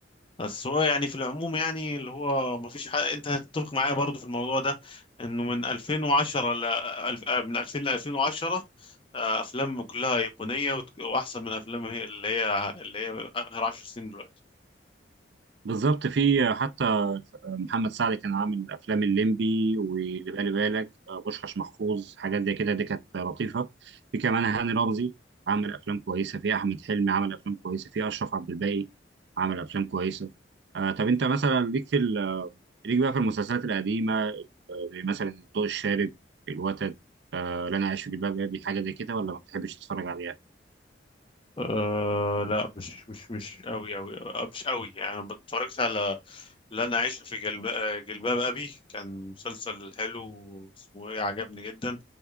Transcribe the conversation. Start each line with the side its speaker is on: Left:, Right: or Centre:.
Left: بس هو يعني في العموم يعني اللي هو ما فيش حاجة أنت هتتفق معايا برضو في الموضوع ده إنه من 2010 ل ألف- آه، من 2000 ل 2010 آه، أفلام كلها أيقونية وت- وأحسن من أفلام هي اللي هي اللي هي آخر 10 سنين دلوقتي.
Right: بالظبط في آه، حتى محمد سعد كان عامل افلام الليمبي واللي بالي بالك آه، بوشخاش محفوظ حاجات زي كده دي كانت لطيفه في كمان هاني رمزي عمل افلام كويسه في احمد حلمي عمل افلام كويسه في اشرف عبد الباقي عمل افلام كويسه آه طب انت مثلا ليك في ال- ليك بقى في المسلسلات القديمه آه، زي مثلا الضوء الشارد الوتد آه لا انا عايش في جلباب ابي حاجه زي كده ولا ما بتحبش تتفرج عليها؟
Left: أه لا مش مش مش قوي قوي مش قوي يعني اتفرجت على لن أعيش في جلب... جلباب أبي كان مسلسل حلو اسمه إيه عجبني جدا